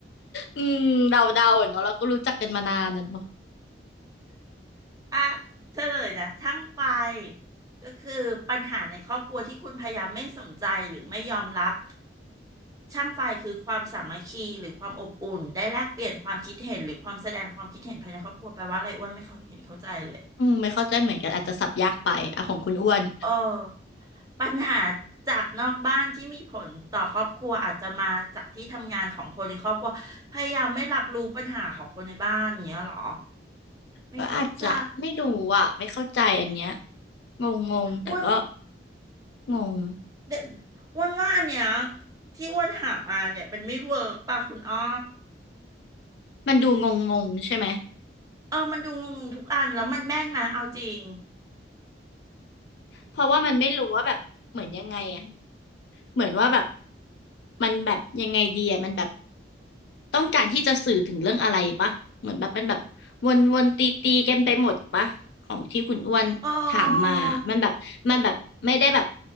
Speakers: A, on the left; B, on the right.
A: อืมเดาเดาอะเนาะเราก็รู้จักกันมานานอะเนาะ
B: อ่ะเฉลยนะช่างไฟก็คือปัญหาในครอบครัวที่คุณพยายามไม่สนใจหรือไม่ยอมรับ ช่างไฟคือความสามัคคีหรือความอบอุ่นได้แลกเปลี่ยนความคิดเห็นหรือความแสดงความคิดเห็นภายในครอบครัวแปลว่าอะไรอ้วนไม่เข้าเห็นเข้าใจเลย
A: อืมไม่เข้าใจเหมือนกันอาจจะสับยากไปอ่ะของคุณอ้วน
B: เออปัญหาจากนอกบ้านที่มีผลต่อครอบครัวอาจจะมาจากที่ทำงานของคนในครอบครัวพยายามไม่รับรู้ปัญหาของคนในบ้านอย่างเงี้ยเหรอ ไม่เข้าใจ
A: ก็อาจจะไม่รู้อ่ะไม่เข้าใจอันเนี้ยงงงงแต่ก็
B: อ้วน
A: งง
B: เด่นอ้วนว่าอันเนี้ยที่อ้วนหามาเนี่ยมันไม่เวิร์กป่ะคุณอ้อ
A: มันดูงงงงใช่ไหม
B: เออมันดูงงๆทุกอันแล้วมันแม่นมาเอาจริง
A: เพราะว่ามันไม่รู้ว่าแบบเหมือนยังไงอ่ะ เหมือนว่าแบบมันแบบยังไงดีอ่ะมันแบบต้องการที่จะสื่อถึงเรื่องอะไรปะเหมือนแบบมันแบบวนวนตีตีกันไปหมดปะของที่คุณอ้วนถามมามันแบบมันแบบไม่ได้แบบ
B: เออ